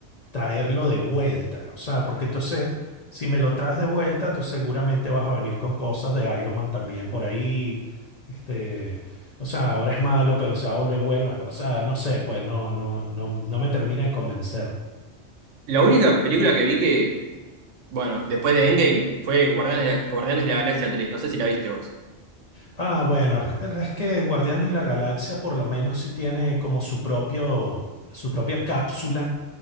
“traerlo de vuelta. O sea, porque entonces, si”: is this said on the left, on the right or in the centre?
Left